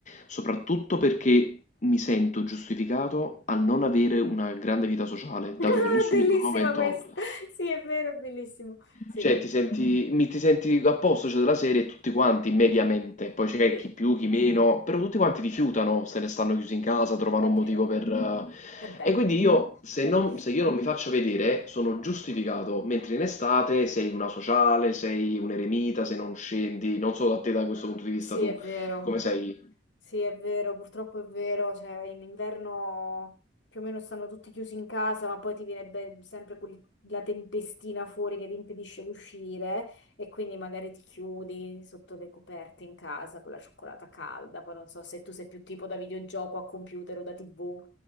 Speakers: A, on the left; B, on the left.
A: soprattutto perché mi sento giustificato a non avere una grande vita sociale, dato
B: Ah,
A: che nessuno
B: Bellissima
A: in quel momento
B: questa! Sì, è vero, è bellissimo. Sì,
A: cioè, ti senti, mi, ti senti a posto, cioè, della serie, tutti quanti, mediamente. Poi c'è
B: sì,
A: chi più, chi meno, però tutti quanti rifiutano, se ne stanno chiusi in casa, trovano
B: è
A: un
B: vero.
A: motivo per... eh,
B: È bello.
A: E quindi io, se,
B: Eh,
A: non- se io non mi faccio vedere, sono giustificato, mentre in estate sei una sociale, sei un eremita, se non scendi, non so da te da questo punto di vista
B: Sì,
A: tu,
B: è vero,
A: come sei
B: sì, è vero, purtroppo è vero, cioè in inverno più o meno stanno tutti chiusi in casa, ma poi ti viene be- sempre quel- la tempestina fuori che ti impedisce di uscire e quindi magari ti chiudi sotto le coperte in casa con la cioccolata calda, poi non so se tu sei più tipo da videogioco a computer o da TV,